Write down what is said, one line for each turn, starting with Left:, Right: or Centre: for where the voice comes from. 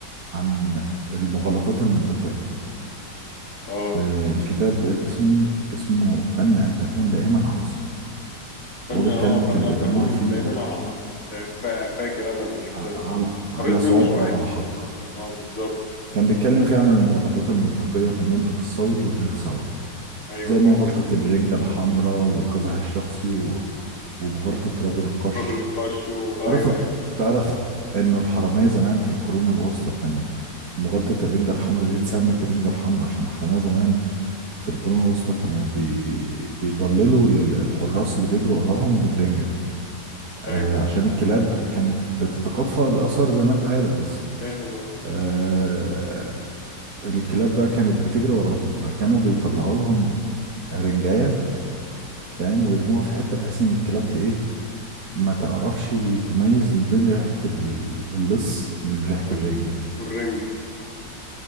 Right: عن المغالطات المنطقية
Left: اه
Right: آه، الكتاب اسمه اسمه فن أن تكون دائما على صواب
Left: فن
Right: وهو بيتكلم
Left: اه
Right: كان
Left: فن ان
Right: بيتناول
Left: تكون
Right: فيه
Left: دايما على حق فا- فا- فاكر انا الكتاب
Right: ع- على
Left: ده
Right: على
Left: قريت
Right: صواب
Left: منه شويه
Right: أو على حق
Left: اه بالظبط
Right: كان بيتكلم فيه عن المغالطات المنطقية في المنطق الثوري والغير ثوري
Left: ايوه
Right: زي ما
Left: فاهم
Right: غلطة الرنجة الحمراء والقزح الشخصي و- ومغالطة رجل القش
Left: رجل القش و...
Right: تعرف
Left: ايوه ايوه
Right: تعرف انه الحرامية زمان في القرون الوسطى كانوا مغالطة الرنجة الحمراء دي اتسمت الرنجة الحمراء عشان الحرامية زمان في القرون الوسطى كانوا بي... بيضللوا ال- الحراس اللي بيجروا وراهم بالرنجة آه
Left: ايوه
Right: عشان الكلاب كانت بتتقفى الآثار زي ما انت عارف بس
Left: فاهم اه
Right: آه الكلاب بقى كانت بتجري وراهم فكانوا بيطلعوا لهم رنجاية فاهم ويرموها في حتة بحيث ان الكلاب ت- ايه ما تعرفش تميز ما بين ريحة ال- اللص من ريحة
Left: وال...
Right: الرنجة
Left: والرنج